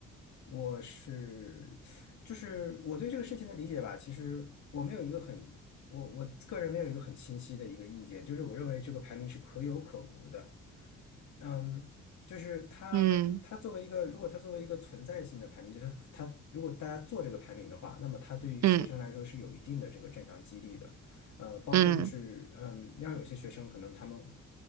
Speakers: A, on the left; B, on the right.
A: 我是就是我对这个事情的理解吧，其实我没有一个很我我个人没有一个很清晰的一个意见，就是我认为这个排名是可有可无的。嗯，就是它，
B: 嗯
A: 它作为一个，如果它作为一个存在性的排名，就是它，它如果大家做这个排名的话，那么它对于学生来说是有一定的这个正向激励的。
B: 嗯
A: 呃，包括就是，
B: 嗯
A: 嗯，让有些学生可能他们，